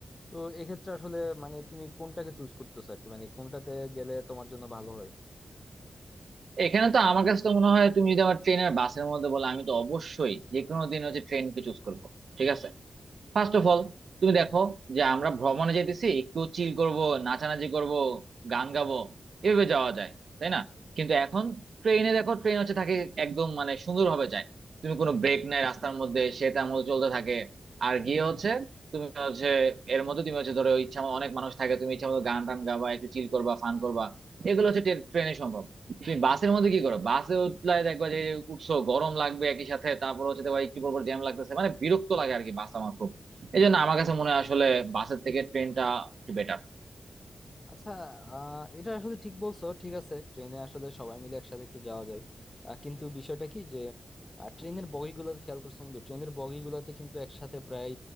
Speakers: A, on the left; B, on the right.
A: তো এক্ষেত্রে আসলে মানে তুমি কোনটাকে চুজ করতেছো আর কি মানে কোনটাতে গেলে তোমার জন্য ভালো হয়
B: এখানে তো আমার কাছে তো মনে হয় তুমি যদি আমার ট্রেন আর বাসের মধ্যে বলো আমি তো অবশ্যই যে কোনো দিন হচ্ছে ট্রেনকে চুজ করবো ঠিক আছে ফার্স্ট অফ অল তুমি দেখো যে আমরা ভ্রমণে যেতেছি একটু চিল করব নাচানাচি করব গান গাবো এভাবে যাওয়া যায় তাই না কিন্তু এখন ট্রেনে দেখো ট্রেন হচ্ছে থাকে একদম মানে সুন্দরভাবে যায় তুমি কোনো ব্রেক নাই রাস্তার মধ্যে সে তার মতো চলতে থাকে আর গিয়ে হচ্ছে তুমি হচ্ছে এর মধ্যে তুমি হচ্ছে ধরো ইচ্ছা মতো- অনেক মানুষ থাকে তুমি ইচ্ছা মতো গান টান গাবা একটু চিল করবা ফান করবা এগুলো হচ্ছে ট্রে- ট্রেনে সম্ভব তুমি বাসের মধ্যে কি করো বাসে উঠলে দেখবা যে উঠছো গরম লাগবে একই সাথে তারপর হচ্ছে তোমার একটু পর জ্যাম লাগতেছে মানে বিরক্ত লাগে আর কি বাস আমার খুব এই জন্য আমার কাছে মনে হয় আসলে বাসের থেকে ট্রেনটা একটু বেটার
A: আচ্ছা আহ, এটা আসলে ঠিক বলছো ঠিক আছে ট্রেনে আসলে সবাই মিলে একসাথে একটু যাওয়া যায় আহ, কিন্তু বিষয়টা কি যে ট্রেনের বগিগুলো খেয়াল করছো বন্ধু ট্রেনের বগিগুলোতে কিন্তু একসাথে প্রায়